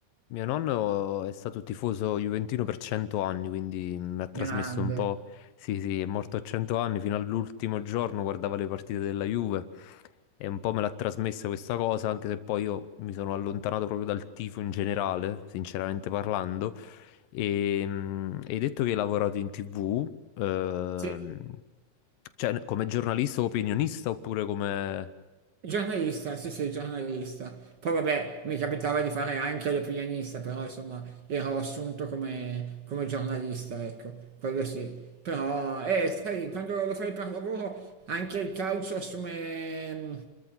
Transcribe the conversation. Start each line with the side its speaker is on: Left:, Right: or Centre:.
Left: mio nonno è stato tifoso juventino per 100 anni, quindi mi ha trasmesso
Right: Grande.
Left: un po'. Sì, sì, è morto a 100 anni, fino all'ultimo giorno guardava le partite della Juve e un po' me l'ha trasmessa questa cosa, anche se poi io mi sono allontanato proprio dal tifo in generale, sinceramente parlando. E, mm, hai detto che hai lavorato in TV, ehm,
Right: Sì.
Left: cioè come giornalista o opinionista oppure come...
Right: Giornalista, sì sì, giornalista. Poi vabbè, mi capitava di fare anche l'opinionista, però insomma ero assunto come, come giornalista, ecco, quello sì. Però, eh, sai, quando lo fai per lavoro anche il calcio assume,